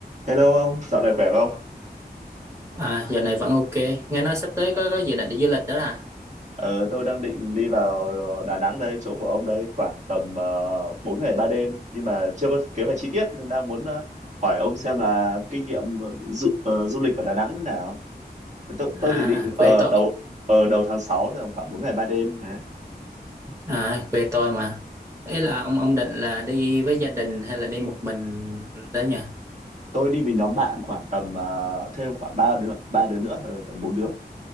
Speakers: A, on the right (about 45°); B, on the right (about 15°).
A: Hello ông, dạo này khỏe không?
B: À, giờ này vẫn ok. Nghe nói sắp tới có có dự định đi du lịch đó là
A: Ờ, tôi đang định đi vào ờ, Đà Nẵng đây, chỗ của ông đây, khoảng tầm uh, 4 ngày 3 đêm, nhưng mà chưa có kế hoạch chi tiết nên đang muốn ờ, hỏi ông xem là kinh nghiệm du, ờ, du lịch ở Đà Nẵng thế nào. Tôi,
B: à,
A: tôi thì định
B: quê
A: ở
B: tôi
A: đầu ở đầu tháng 6, thì khoảng 4 ngày 3 đêm đấy.
B: à, quê tôi mà. Ý là ông ông định là đi với gia đình hay là đi một mình đó nhỉ?
A: Tôi đi với nhóm bạn khoảng tầm ờ, thêm khoảng ba đứa, ba đứa nữa, ờ, tầm 4 đứa